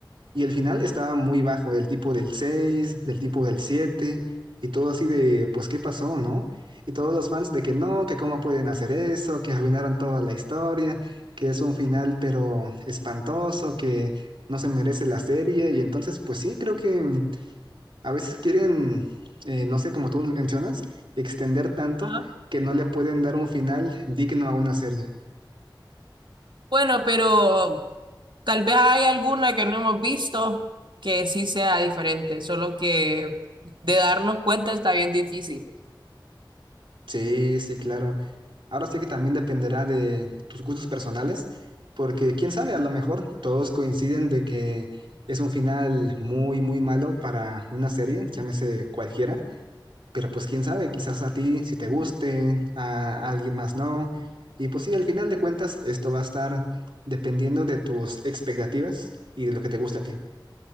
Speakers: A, on the right (about 85°); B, on the right (about 70°).
A: Y el final estaba muy bajo, del tipo del 6 del tipo del 7 y todo así de, pues, ¿qué pasó, no? Y todos los fans de que no, que cómo pueden hacer eso, que arruinaron toda la historia, que es un final pero espantoso, que no se merece la serie. Y entonces, pues sí, creo que a veces quieren, eh, no sé, como tú mencionas, extender tanto
B: ajá.
A: que no le pueden dar un final digno a una serie.
B: Bueno, pero tal vez hay alguna que no hemos visto que sí sea diferente, solo que de darnos cuenta está bien difícil.
A: Sí, sí, claro. Ahora sí que también dependerá de tus gustos personales, porque quién sabe, a lo mejor todos coinciden de que es un final muy, muy malo para una serie, llámese cualquiera, pero pues quién sabe, quizás a ti si te guste, a alguien más no, y pues sí, al final de cuentas esto va a estar dependiendo de tus expectativas y de lo que te guste a ti.